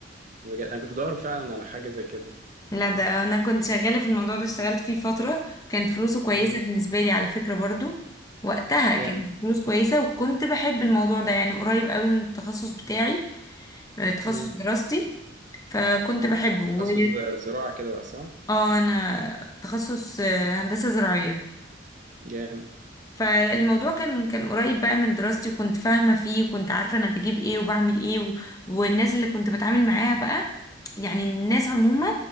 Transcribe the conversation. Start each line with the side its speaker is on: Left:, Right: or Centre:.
Right: بجد انا كنت بدور فعلا على حاجه زي كده
Left: لا ده انا كنت شغالة في الموضوع ده اشتغلت فيه فترة كانت فلوسه كويسة
Right: امم
Left: بالنسبة لي على فكرة برضو وقتها
Right: جامد
Left: كانت فلوس كويسة وكنت بحب الموضوع ده يعني قريب قوي من التخصص بتاعي آه، تخصص
Right: امم
Left: دراستي فكنت بحبه و
Right: تخصص زراعه كده بقى صح
Left: اه انا تخصص آه، هندسة زراعية
Right: جامد
Left: فالموضوع كان كان قريب بقى من دراستي وكنت فاهمة فيه وكنت عارفة أنا بجيب إيه وبعمل إيه و... والناس اللي كنت بتعامل معاها بقى يعني الناس عموما